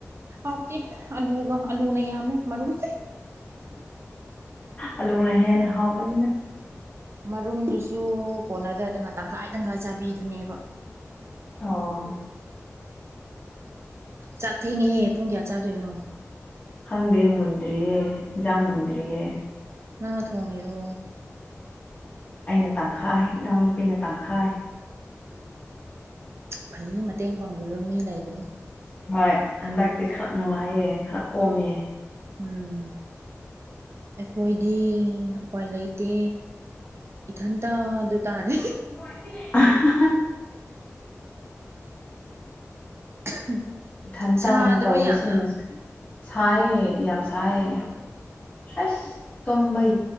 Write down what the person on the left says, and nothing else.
ꯑꯂꯨꯅ ꯍꯦꯟꯅ ꯍꯥꯎꯕꯅꯤꯅ
ꯑꯣ
ꯈꯪꯗꯦ ꯃꯨꯟꯗ꯭ꯔꯤꯌꯦꯖꯥꯡ ꯃꯨꯟꯗ꯭ꯔꯤꯌꯦ
ꯑꯩꯅ ꯇꯪꯈꯥꯏ ꯏꯅꯥꯎꯅꯨꯄꯤꯅ ꯇꯪꯈꯥꯏ
ꯍꯣꯏ ꯍꯟꯗꯛꯇꯤ ꯈꯔ ꯅꯨꯡꯉꯥꯏꯌꯦ ꯈꯔ ꯀꯣꯝꯃꯦ
<unintelligible>
ꯏꯊꯟꯇ
ꯇꯧꯕꯁꯤꯅꯁꯨ
ꯁꯥꯏꯌꯦ ꯌꯥꯝ ꯁꯥꯏꯌꯦ ꯑꯁ ꯇꯨꯝꯕ